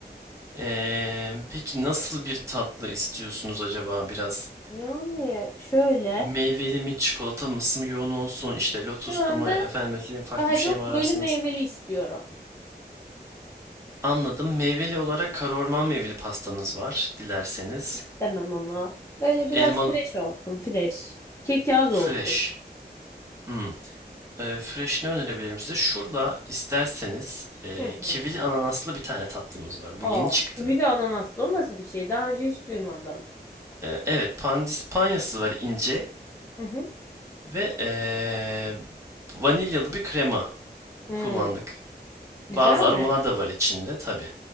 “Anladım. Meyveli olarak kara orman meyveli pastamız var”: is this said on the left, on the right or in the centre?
Right